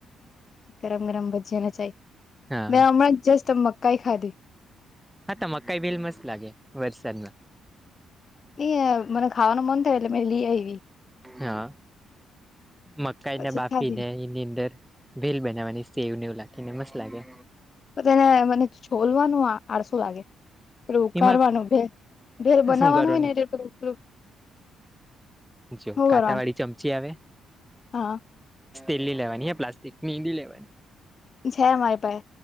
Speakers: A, on the left; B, in the centre.
A: ગરમ ગરમ ભજીયાને ચાય
B: હા
A: મે હમણાં જસ્ટ મ કાઈ ખાધી
B: હા તો મકાઈ ભેલ મસ્ત લાગે વરસાદમાં.
A: એ મને ખાવાનું મન થયો એટલે મે લઈ આવી.
B: હા મકાઈ
A: પછી
B: ને બાફી
A: ખાધી
B: ને એની અંદર ભેલ બનાવાની સેવ ને એવું લાખીને મસ્ત લાગે.
A: તો તેને મને છોલવાનું આડસું લાગે. પેલું ઉકારવાનું
B: એમાં
A: ભે ભેલ બનાવવાનું
B: શું કરવાનું
A: હોય ને એટલે પલું પેલું
B: જો
A: હું
B: કાંટા
A: કરવાનું
B: વાળી ચમચી આવે
A: હા
B: સ્ટીલની લેવાની પ્લાસ્ટિક ની લેવાની.
A: છે માય પાહે